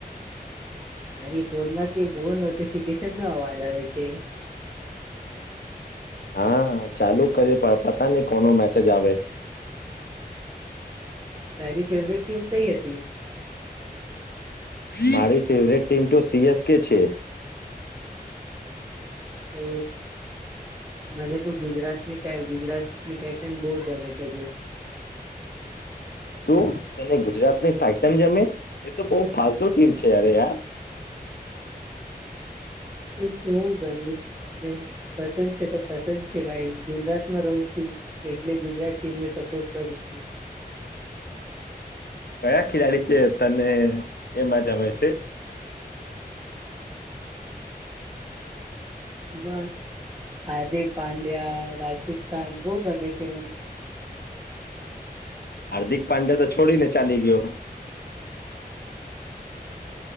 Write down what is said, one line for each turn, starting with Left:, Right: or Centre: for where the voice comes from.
Right: મારી ફોન માંથી બહ નોટિફિકેશન નો અવાજ આવે છે.
Left: હા ચાલુ કરીએ પણ પતા નહ કોનો મેસેજ આવે.
Right: તારી ફેવરેટ ટીમ કઈ હતી.
Left: મારી ફેવરેટ ટીમ તો સીએસકે છે.
Right: તો બધા તો ગુજરાતની ગુજરાતની ટાઇટન બહ જમે છે.
Left: શું તને ગુજરાતની ટાઇટન જમે એ તો બહ ફાલતુ ટીમ છે યાર યાર.
Right: શું કરું એમ પસંદ છે તો પસંદ છે ભાઈ હ ગુજરાતમાં રહું છું એટલે ગુજરાત ટીમને સપોર્ટ કરું છું.
Left: કયા ખેલાડી તે તને એમાં જમે છે.
Right: બ હાર્દિક પંડ્યા રાશિદ ખાન બહુ ગમે છે મ
Left: હાર્દિક પાંડે તો છોડીને ચાલી ગયો.